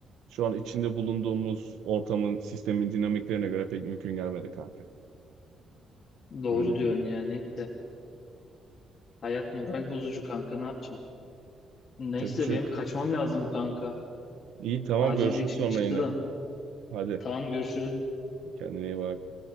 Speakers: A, on the right; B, on the left.
A: şu an içinde bulunduğumuz ortamın, sistemin dinamiklerine göre pek mümkün gelmedi kanka.
B: doğru
A: Öyle
B: diyorsun
A: diyeyim yani.
B: yani neyse. Hayat moral bozucu kanka ne yapacağım? Neyse
A: Çok bir şey
B: benim
A: yok.
B: kaçmam lazım kanka.
A: İyi tamam
B: Acil
A: görüşürüz
B: bir işim
A: sonra
B: çıktı
A: yine.
B: da.
A: Hadi
B: Tamam görüşürüz.
A: kendine iyi bak.